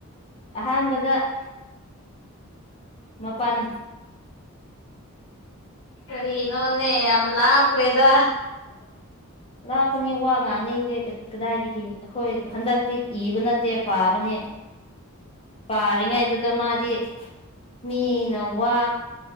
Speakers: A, on the left; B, on the left.
A: ꯑꯍꯥꯟꯕꯗ ꯃꯄꯥꯟ
B: ꯀꯔꯤꯅꯣꯅꯦ ꯌꯥꯝ ꯂꯞꯄꯦꯗ
A: ꯂꯥꯛꯞꯄꯅꯤ ꯋꯥ ꯉꯥꯡꯅꯤꯡꯗꯦ ꯀꯗꯥꯏꯗꯒꯤ ꯑꯩꯈꯣꯏ ꯍꯟꯗꯛꯇꯤ ꯏꯕ ꯅꯠꯇꯦ ꯄꯥꯕꯅꯦ ꯄꯥꯔꯤꯉꯩꯗꯨꯗ ꯃꯥꯗꯤ ꯃꯤꯅ ꯋꯥ